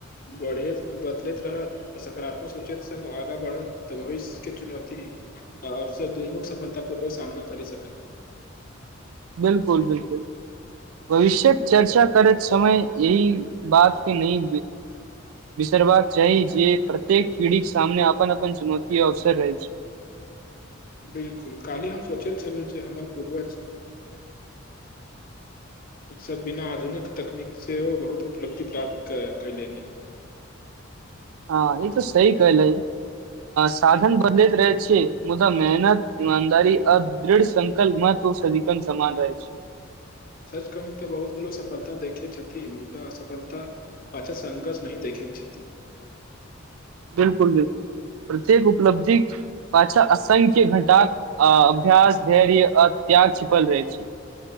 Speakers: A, on the left; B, on the right.
A: बढ़ैत बदलैत रहत आ सकारात्मक सोच सङग आगा बढ़त तऽ भविष्यके चुनौती आ अवसर दुनू सफलता पूर्वक सामना करि सक
B: बिलकुल बिलकुल भविष्य्यक चर्चा करैत समय यही बात के नहि बिसरबाक चाही जे प्रत्येक पीढ़ीके सामने अपन अपन चुनौत अवसर रहैत छै
A: बिलकुल काली हम सोचैत छल छ हमर पूर्वज उत्स बिना आधुनिक तकनीक से ओ बहुत उपलब्धि प्राप्त कयलेनि
B: हँ ई त सी कलै साधन बदलैत रहै छै मुदा मेहनत इमानदार आ दृढ़ संकल्प महत्व सिक सन रह छै।
A: सच कहू तऽ बहुत लोक सफलता देखैत छथिन मुदा असफलता पाचक संघर्ष नहि देखैत छथि।
B: बिलकुल बिलकुल प्रत्येक उपलब्धि पछा असंख्य घटाक अभ्यस धैर्य त्याग छिपल रहै छै।